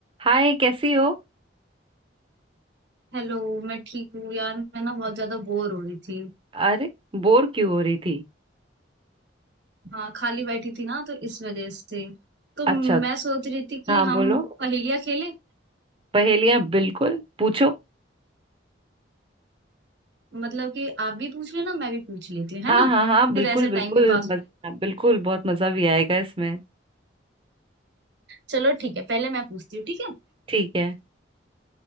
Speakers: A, on the right (about 30°); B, on the right (about 70°).
A: हाय कैसी हो
B: Hello मैं ठीक हूँ यार मैं ना बहुत ज्यादा बोर हो रही थी
A: अरे बोर क्यों हो रही थी
B: हाँ खाली बैठी थी ना तो इस वजह से तो मैं
A: अच्छा
B: सोच रही थी कि
A: हाँ
B: हम
A: बोलो
B: पहेलियाँ खेलें
A: पहेलियां बिल्कुल पूछो
B: मतलब कि आप भी पूछ लेना मैं भी पूछ लेती हूँ है
A: हाँ
B: ना
A: हाँ हाँ बिल्कुल
B: फिर ऐसे
A: बिल्कुल
B: टाइम भी पास
A: मज,
B: हो जाएगा।
A: हाँ, बिल्कुल बहुत मजा भी आएगा इसमें
B: चलो ठीक है पहले मैं पूछती हूँ ठीक है
A: ठीक है